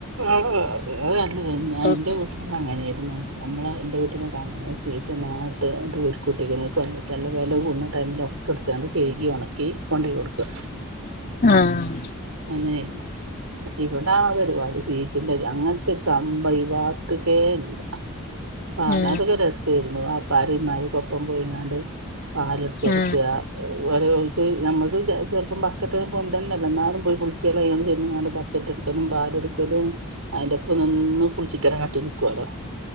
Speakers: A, on the right; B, on the left.
A: ആഹ് അതല്ല
B: ഇപ്പൊക്കെ
A: ഞാൻ എന്റെ വീട്ടിനൊക്കെ അങ്ങനെയായിരുന്നു നമ്മള് എന്റെ വീട്ട് ണ്ട് ഒക്കെ അങ്ങനെ യാ ഷീറ്റ് <unintelligible> വെല കൂടുന്ന ടൈമില് ഒക്ക എടുത്തണ്ട് കഴുകി ഒണക്കി കൊണ്ട് പോയി കൊടുക്കും
B: ആഹ്
A: അങ്ങനെ ആയിരുന്നു ഇപ്പൊ ആഹ് ഒരുപാട് ഷീറ്റില്ലല്ലാ അങ്ങ് ഇത് സമ്പവി വാക്കുത്തെ ഇല്ല ആഹ്
B: ആ
A: അത് അതൊക്കെ രസമായിരുന്നു ബാപ് പരി മാറി കൊപ്പം പുഴുങ്ങാണ്ട് പാലെടുത്ത് കൊടുക്കുക
B: ആ
A: ഒരക്ക് നമ്മക്കും ചെലപ്പ ബക്കറ്റ് ഒക്കെ കൊണ്ട് വരണോല്ലോ എന്നാലും പോയി പുളിച്ച് കളയാതെ ബക്കറ്റ് എടുക്കലും പാലെടുക്കലും അതിന്റെ ഒപ്പം നിന്ന് പുളിച്ചിത്തരം കാട്ടി നിക്കുവല്ലോ